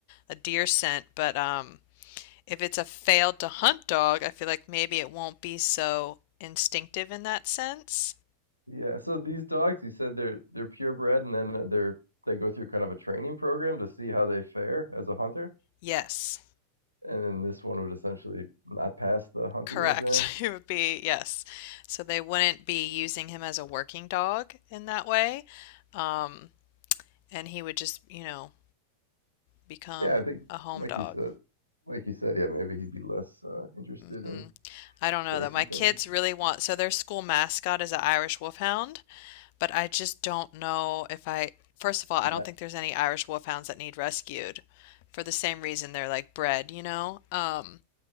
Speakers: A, on the left (about 50°); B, on the left (about 90°).
A: a deer scent. But, um, if it's a failed to hunt dog, I feel like maybe it won't be so instinctive in that sense.
B: yeah, so these dogs, you said they're they're purebred, and then they're they go through kind of a training program to see how they fare as a hunter.
A: Yes,
B: and then this one would essentially not pass the hunting
A: correct.
B: exam.
A: <laughs> It would be yes. So they wouldn't be using him as a working dog in that way. Um, and he would just, you know, become
B: Yeah, I think,
A: a home
B: like
A: dog.
B: you said, like you said, yeah, maybe he'd be less uh, interested
A: hmm
B: in
A: I don't
B: chasing
A: know though. My
B: things.
A: kids really want, so their school mascot is an Irish Wolfhound. but I just don't know if I, first of all, I
B: And
A: don't
B: that
A: think there's any Irish wolfhounds that need rescued for the same reason they're like bred, you know? Um,